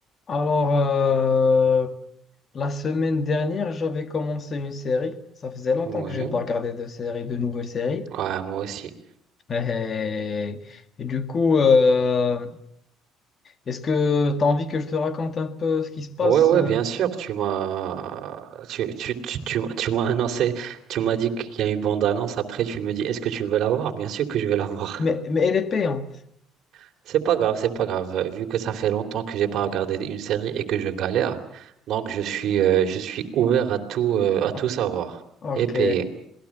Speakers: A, on the left; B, on the right.
A: Alors, euh, la semaine dernière, j'avais commencé une série. Ça faisait longtemps
B: Ouais,
A: que j'ai pas regardé de série, de nouvelles séries.
B: ouais, moi aussi.
A: <laughs> Et, et du coup, euh, est-ce que tu as envie que je te raconte un peu ce qui se passe?
B: Ouais, ouais,
A: euh
B: bien sûr, tu m'as tu, tu, tu, tu, tu m'as annoncé, tu m'as dit qu'il y a une bande-annonce, après tu me dis est-ce que tu veux la voir? Bien sûr que je vais la voir.
A: Mais, mais elle est payante.
B: <laughs> C'est pas grave, c'est pas grave, euh, vu que ça fait longtemps que j'ai pas regardé une série et que je galère, donc je suis euh, je suis ouvert à tout euh, à
A: Ah,
B: tout savoir
A: ok,
B: et payer.